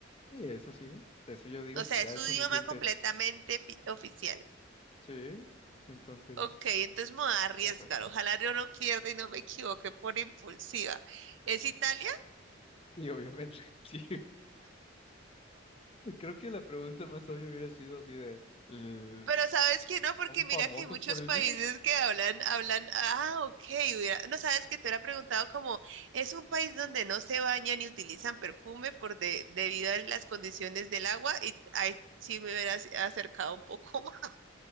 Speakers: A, on the left (about 30°); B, on the right (about 75°).
A: Sí, eso sí, eso yo digo
B: O
A: que
B: sea,
A: ya
B: es su
A: es
B: idioma
A: suficiente.
B: completamente fi- oficial.
A: Sí, entonces,
B: Ok, entonces me voy a arriesgar.
A: la res-
B: Ojalá yo no pierda y no me equivoque por impulsiva. ¿Es Italia?
A: Y obviamente, <laughs> sí. <laughs> Y Creo que la pregunta más obvia hubiera sido así de, eh,
B: Pero sabes que no, porque
A: ¿son famosos
B: mira que hay muchos
A: por el
B: países
A: vino?
B: que hablan, hablan, ah, ok, hubiera- no sabes que te hubiera preguntado como, es un país donde no se bañan ni utilizan perfume por de- debido a las condiciones del agua y ahí sí me hubieras acercado un poco más.